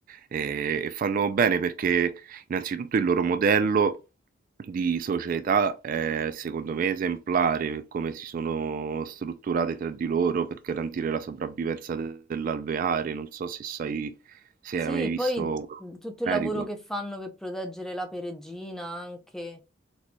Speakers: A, on the right; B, in the centre.
A: e e fanno bene perché innanzitutto il loro modello di società è secondo me esemplare per come si sono strutturate tra di loro per garantire la sopravvivenza de- dell'alveare. Non so se sai, se
B: Sì,
A: hai mai visto
B: poi
A: questo
B: mh, tutto
A: merito.
B: il lavoro che fanno per proteggere la peregina anche